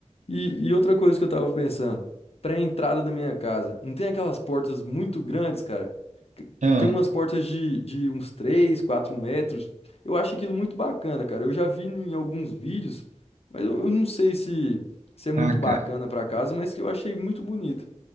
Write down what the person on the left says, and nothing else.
E, e outra coisa que eu tava pensando, pra entrada da minha casa, não tem aquelas portas muito grandes, cara? Que-
Tem umas portas de, de uns 3, 4 metros. Eu acho aquilo muito bacana, cara. Eu já vi em alguns vídeos, mas eu, eu não sei se, se é muito
bacana
pra casa, mas que eu achei muito bonito.